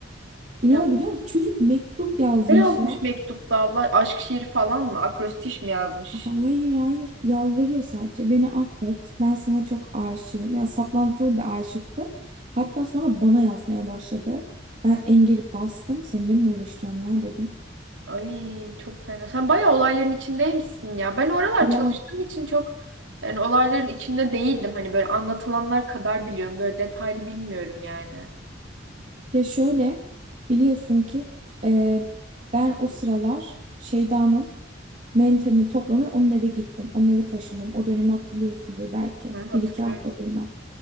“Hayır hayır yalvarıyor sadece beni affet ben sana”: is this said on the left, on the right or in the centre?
Right